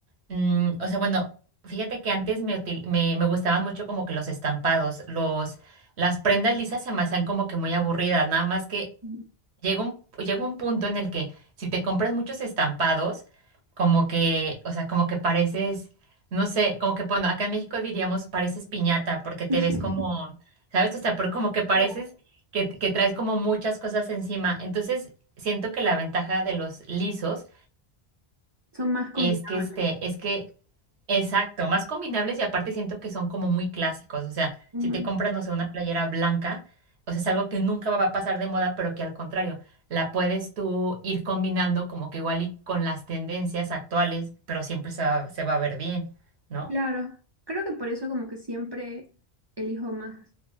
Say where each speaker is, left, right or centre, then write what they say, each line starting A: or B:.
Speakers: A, on the right; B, on the right.
A: mm, o sea, bueno, fíjate que antes me, util- me, me gustaban mucho como que los estampados, los, las prendas lisas se me hacían como que muy aburridas, nada más que
B: Ujú.
A: llega un, llega un punto en el que si te compras muchos estampados, como que, o sea, como que pareces, no sé, como que, bueno, acá en México diríamos pareces piñata, porque te
B: <laughs>
A: ves como, ¿sabes? O sea, pero como que pareces
B: Claro.
A: que, que traes como muchas cosas encima. Entonces, siento que la ventaja de los lisos
B: Son más combinables.
A: es que este, es que Exacto, más combinables y aparte siento que son como muy clásicos. O sea,
B: Ujú.
A: si te compras, no sé, una playera blanca, o sea, es algo que nunca va a pasar de moda, pero que al contrario, la puedes tú ir combinando como que igual y con las tendencias actuales, pero siempre se va, se va a ver bien, ¿no?
B: Claro, creo que por eso como que siempre elijo más